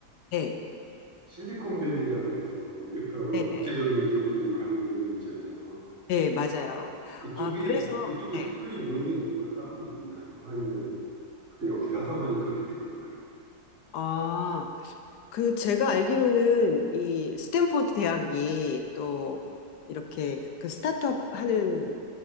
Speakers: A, on the left; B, on the right.
A: 네,
B: 실리콘밸리라 그래서 여러
A: 네,
B: 국제적인
A: 네,
B: 기업들이 많이 모여 있잖아요.
A: 네, 맞아요.
B: 그쪽이
A: 아, 그래서,
B: 그쪽에
A: 네,
B: 특별히 모이는 이유가 따로 있나요? 아니면 그냥 어떻게 하다 보니까 그렇게 된 건가요?
A: 아. 그 제가 알기로는 이 스탠포드 대학이 또 이렇게 그 스타트업 하는